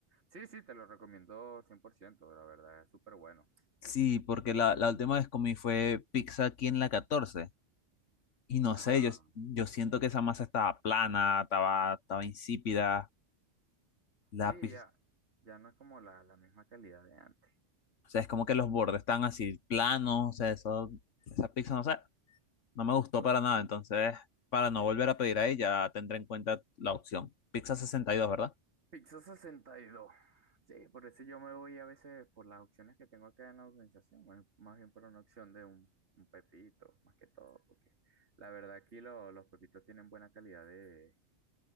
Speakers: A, on the right; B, on the left.
A: Sí, sí, te lo recomiendo cien por ciento la verdad es súper bueno.
B: Sí, porque la, la última vez comí fue pizza aquí en la catorce Y no
A: Ajá,
B: sé, yo, yo siento que esa masa estaba plana, estaba, estaba insípida. La
A: sí,
B: pizza,
A: ya, ya no es como la, la misma calidad de antes.
B: o sea, es como que los bordes están así planos. O sea, eso, esa pizza, no sé. No me gustó
A: O-
B: para nada, entonces para no volver a pedir ahí ya tendré en cuenta la opción. Pizza sesenta y dos ¿verdad?
A: Pixel sesenta y dos, Sí, por eso yo me voy a veces por las opciones que tengo acá en la organización, más más bien por una opción de un, un pepito, más que todo, porque la verdad aquí lo- los pepitos tienen buena calidad de,